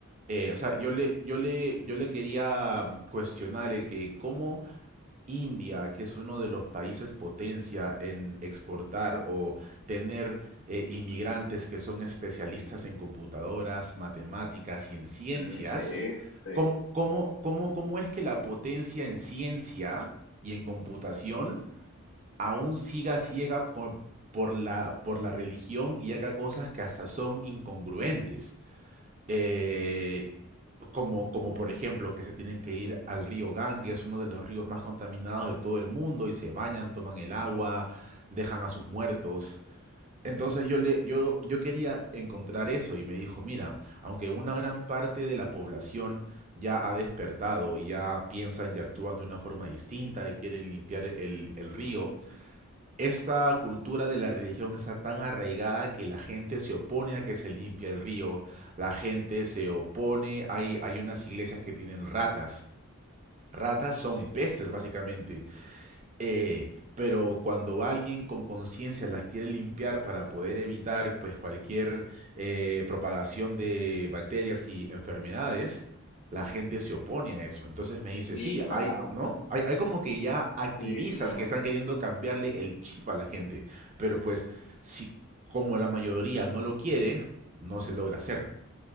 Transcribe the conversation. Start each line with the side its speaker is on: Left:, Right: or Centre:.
Right: eh, o sea, yo le, yo le, yo le quería mm, cuestionar el que cómo India, que es uno de los países potencia en exportar o tener eh, inmigrantes que son especialistas en computadoras, matemáticas y en ciencias,
Left: mm, sí, sí,
Right: ¿cómo, cómo, cómo, cómo es que la potencia en ciencia y en computación aún siga ciega por, por la, por la religión y haga cosas que hasta son incongruentes? Eh, como, como por ejemplo que se tienen que ir al río Ganges, uno de los ríos más contaminados de todo el mundo, y se bañan, toman el agua, dejan a sus muertos. Entonces yo le, yo, yo quería encontrar eso y me dijo, mira, aunque una gran parte de la población ya ha despertado y ya piensan y actúan de una forma distinta y quieren limpiar el, el río, esta cultura de la religión está tan arraigada que la gente se opone a que se limpie el río, la gente se opone, hay, hay unas iglesias que tienen ratas. Ratas son
Left: sí.
Right: pestes, básicamente. Eh, pero cuando alguien con conciencia las quiere limpiar para poder evitar pues cualquier eh, propagación de bacterias y enfermedades, la gente se opone a eso. Entonces me dice,
Left: Sí,
Right: sí,
Left: claro,
Right: hay, ¿no? Hay, hay como que ya activistas
Left: sí, claro.
Right: que están queriendo cambiarle el chip a la gente, pero pues si como la mayoría no lo quiere, no se logra hacer.